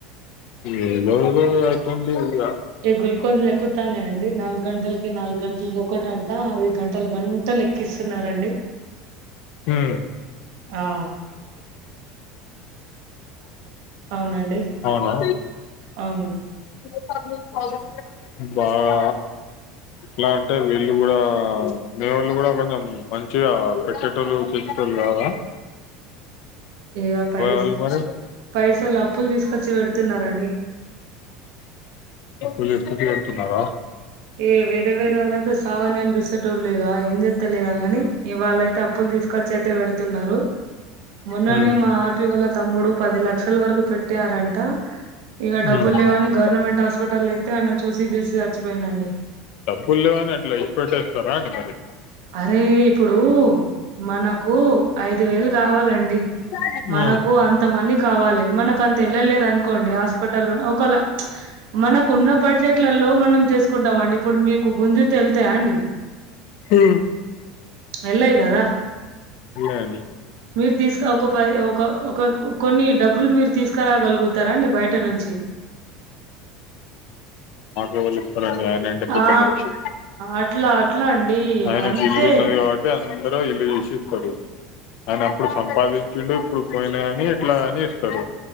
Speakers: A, on the left (about 60°); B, on the right (about 70°).
A: ఏదో ఏదో అవుతుంది ఇగ
B: ఏ గుల్కోసులు ఎక్కుతనే తినండి నాలుగు గంటలకి నాలుగు గంటలకి ఒకటంట అది గంటల గంటలక్ క్కిస్తున్నారండి
A: హ్మ్
B: ఆ అవునండి
A: అవునా
B: అవును
A: <inaudible> బాగా ఎయ్ అంటే వీళ్ళు గుడా మ వాళ్ళు కూడా కొంచెం మంచిగా పెట్టేటోళ్ళుకి తో య్యాల
B: ఇగ పైస
A: వాళ్ళు మరి
B: పైసలు అప్పులు తీసుకొచ్చి పెడుతున్నారంండి
A: తీసుకొచ్చి పెడుతున్నార
B: ఏ వేరే వేరే వాళ్ళు అయితే సావనె అని పిస్త తుందిగా ఏం చెస్తలి ఇకగాని ఇవాళ్ళైతే అప్పులు తీసుకొచ్చి అయితే పెడుతున్నారు. మొన్ననే
A: హ్మ్
B: మా ఆర్టీ వాళ్ళ తమ్ముడు పది లక్షల వరకు పెట్టారంట. ఇక డబ్బులు
A: హ్మ్ హ్మ్
B: లేవని గవర్నమెంట్ హాస్పిటల్ ఎత్తే ఆయినా చూసి చూసి చచ్చిపోయిండండి.
A: డబ్బులు లేవు అని అట్లా విడిచిపెట్టేస్తరా అండి మరి
B: అరే ఇప్పుడు మనకు ఐదు వేలు కావాలండి.
A: ఆ
B: మనకు అంత మనీ కావాలి మనకు అంత వెళ్ళలేదు అనుకోండి హాస్పిటల్ లో ఒకలా మ్మ్ మనకు ఉన్న బడ్జెట్లలో మనం చేసుకుంటాం అండి ఇప్పుడు మీకు గుంజు తెళ్తయ అండి.
A: హు
B: వెల్లేదా
A: ఆ, సర్లే అండి
B: మీరు తీసుక ఒక పది ఒక ఒక కొన్ని డబ్బులు మీరు తీసుకురాగలుగుతార అండి బయట నుంచి
A: మాకెవలు ఇస్తారండీ ఆయన ఎంత పెద్ద
B: ఆ
A: మనిషి
B: అట్లా అట్లా అండి
A: ఆయనకి
B: అంతే
A: ఇల్లున్నది కాబట్టి అందరు ఇల్లు చూసి ఇస్తారు. అని అప్పుడు సంపాదించుండు ఇప్పుడు పోయినా అని ఇట్లా అని ఇస్తరు.